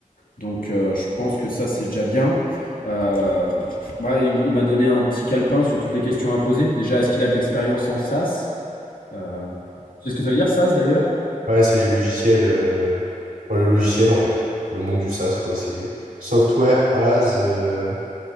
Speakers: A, on the left; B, on the right.
A: Donc euh, je pense que ça, c'est déjà bien. Euh, ouais, il m'a donné un petit calepin sur toutes les questions à poser. Déjà, est-ce qu'il a de l'expérience en SaaS Euh, c'est ce que ça veut dire, SaaS d'ailleurs
B: Ouais, c'est les logiciels, euh, enfin, le logiciel en fait, le monde du SaaS, ouais, c'est software as, euh,